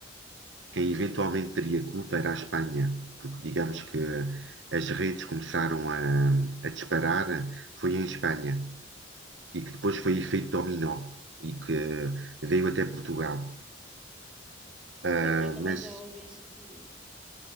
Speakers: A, on the right; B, in the centre.
A: quem eventualmente teria culpa era a Espanha, porque digamos que as redes começaram a, a disparar, foi em Espanha, e que depois foi efeito dominó, e que veio até Portugal. Ah,
B: Pois, eu também
A: mas,
B: já ouvi essa teoria.